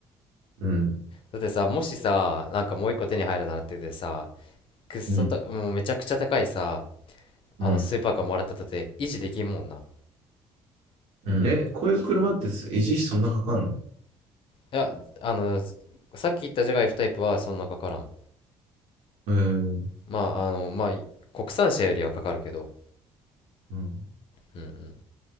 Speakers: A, on the right; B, on the left.
A: うん、
B: だってさ、もしさ、なんかもう一個手に入るならって言ってさ、くっそた、
A: うん、
B: もうめちゃくちゃ高いさ、あのスーパーカーもらったとて維持できんもんな。
A: うん、うん。え、こういう車ってす維持費そんなかかんの
B: いや、あの、さっき言ったジャガイフタイプはそんなかからん。
A: うーん、
B: まああのまあい国産車よりはかかるけど、
A: うん、
B: うんうん、